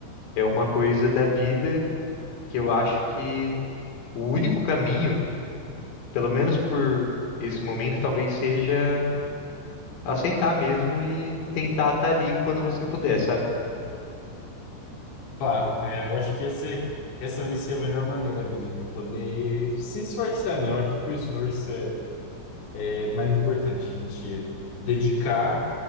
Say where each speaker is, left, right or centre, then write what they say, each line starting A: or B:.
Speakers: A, on the left; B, on the left.
A: É uma coisa da vida que eu acho que o único caminho, pelo menos por esse momento, talvez seja aceitar mesmo e tentar estar ali quando você puder, sabe?
B: Claro, é, eu acho que esse, essa vai ser a melhor maneira mesmo de poder se esforçar, né? Eu acho que o esforço é, é mais importante, a gente dedicar.